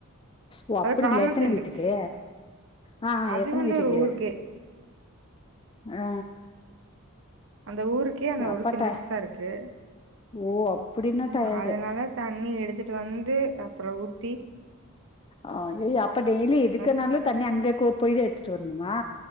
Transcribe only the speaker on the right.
அது
காமன்
சென்டுக்ஸ்
அது
வந்து
ஒரு ஊருக்கே
அந்த ஊருக்கே
அந்த
ஒரு சிண்டக்ஸ்
தா இருக்கு
ம்
அதனாலத் தண்ணி எடுத்துட்டு வந்து அப்ற ஊத்தி
அ